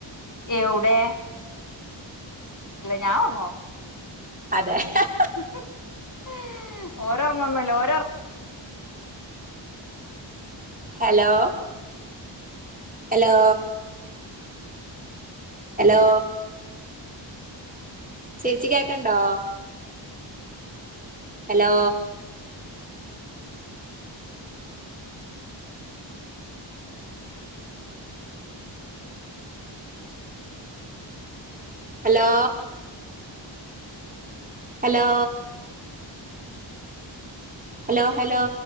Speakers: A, on the left (about 40°); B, on the right (about 15°).
A: എവ്ടെ ഞാ ഉറങ്ങും
B: അതെ ക
A: ഹി ഹി ഓരോറങ്ങൊന്നില്ല ഓരോ
B: ഹലോ ഹലോ ഹലോ ചേച്ചി കേക്കണ്ടോ hello hello hello hello hello